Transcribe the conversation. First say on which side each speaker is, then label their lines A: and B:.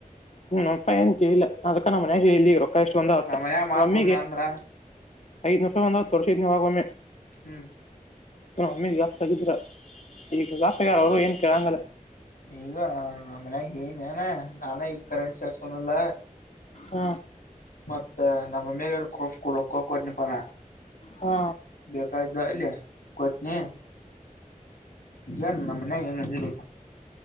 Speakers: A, on the left; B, on the left.
A: ಹ್ಮ ಅಪ್ಪ ಏನ್ ಕೇಳಿಲ್ಲ ಅದಕ್ಕ ನ್ ಮನ್ಯಾಗ ಹೇಳಲಿ ಈಗ ರೊಕ್ಕ ಎಷ್ಟೊಂದ್ ಆವತ್ತ
B: ನಮ್ಮ್ ಮನ್ಯಾಗ ಮಾತ್
A: ಮಮ್ಮಿಗೆ
B: ಒಂದ ಅಂದ್ರ
A: ಐದ ನರ್ಷ ಒಂದತ್ತುರ್ಷನವಾಗಮ್ಮೆ
B: ಹ್ಮ್
A: ನಮ್ಮಿ ಗಾಸ್ ತಗಿದ್ರ ಈಗ ಗಾಸ್ಗ್ಯಾರ ಅವರು ಏನ್ ಕೇಳಂಗಲ್ಲ
B: ಈಗ ಮನ್ಯಾಗ ಏನ್ ನಾನ ಈಗ ಕರೆನ್ಸಿ ಹಾಕ್ಸೋ ದಿಲ್ಲ
A: ಹ
B: ಇ ನಮ್ಮಮ್ಮಿ ಹೇಳಿರ ಕೋ ರೊಕ್ಕ ಕೊಟ್ನಿ ಪಾ ನಾ
A: ಹಾ
B: ಬೇಕಾಯ್ದು ಅಲ್ಲಿ ಕೊಟ್ನಿ ಏನ್ ನಮ್ಮನ್ಯಾಗ್ ಏನ್ ಅಂದಿಲ್ಲು